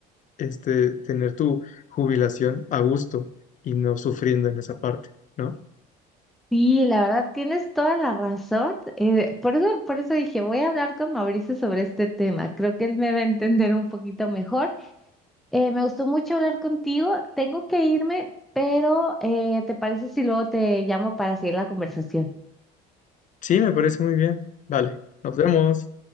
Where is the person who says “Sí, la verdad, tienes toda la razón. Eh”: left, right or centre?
Centre